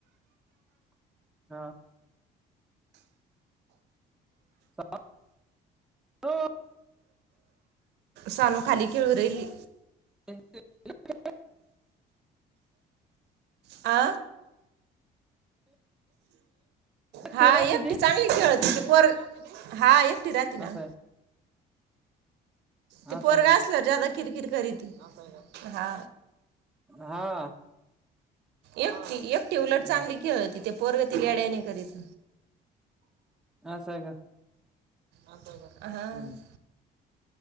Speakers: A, in the centre; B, on the right.
A: हा. <unintelligible>
B: सानू खाली खेळू राहिली.
A: <unintelligible>
B: आ हा
A: ते राहते
B: एकटी
A: ती
B: चांगली खेळ ती पोरग हा एक तिऱ्या तिला
A: असं आहे
B: ती
A: असं
B: पोरग
A: आहे का
B: असल्यावर जादा किरकिर करीती. हा
A: हा.
B: एक ते एक उलट
A: हम्म
B: चांगली खेळती ते पोरग ते लई येड्यावाणी करीत
A: असं हाय का?
B: <inaudible> हं
A: हम्म